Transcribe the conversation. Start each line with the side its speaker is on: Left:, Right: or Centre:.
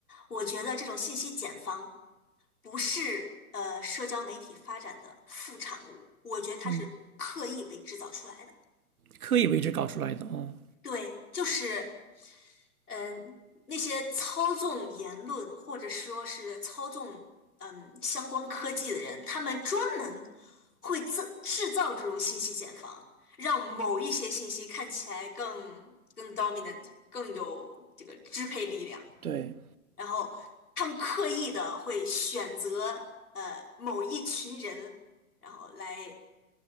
Left: 我觉得这种信息茧房不是呃社交媒体发展的副产物，我觉得它是刻意被制造出来的。
Right: 嗯，刻意为之搞出来的哦，
Left: 对，就是，嗯、那些操纵言论或者说是操纵嗯相关科技的人，他们专门会制制造这种信息茧房，让某一些信息看起来更更 dominant，更有这个支配力量，
Right: 对
Left: 然后他们刻意的会选择呃某一群人，然后来